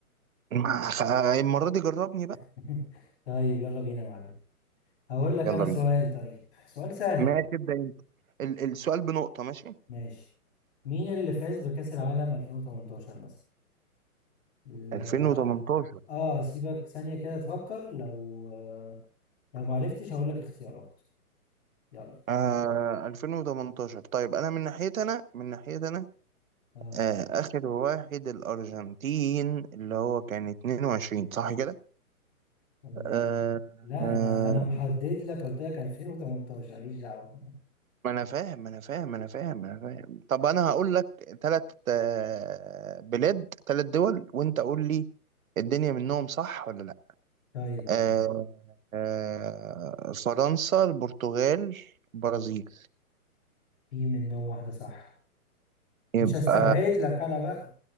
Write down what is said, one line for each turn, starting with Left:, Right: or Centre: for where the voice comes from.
Right: ما- خ- المره دي جربني بقى
Left: <laughs> طيب يلا بينا يا معلم هقول لك
Right: يلا
Left: انا
Right: بينا
Left: سؤال طيب سؤال سهل
Right: ماشي تبدا انت ال- السؤال بنقطه ماشي
Left: ماشي مين اللي فاز بكأس العالم 2018 مثلا لو
Right: 2018
Left: اه سيبك ثانية كده تفكر لو آه، لو ما عرفتش هقول لك اختيارات يلا
Right: آه 2018 طيب انا من ناحيتي انا من ناحيتي انا
Left: اه
Right: آه، آخر واحد الأرجنتين اللي هو كان 22 صح كده؟
Left: آه،
Right: آه
Left: لا
Right: آه
Left: انا انا محدد لك قلت لك 2018 ماليش دعوه
Right: ما أنا فاهم ما أنا فاهم ما أنا فاهم ما أنا فاهم طب أنا هقول لك تلات آه بلاد تلات دول وأنت قول لي الدنيا منهم صح ولا لأ؟
Left: طيب قول
Right: آه
Left: لي
Right: آه فرنسا البرتغال برازيل
Left: في منهم واحده صح
Right: يبقى
Left: مش هستبعد لك انا بقى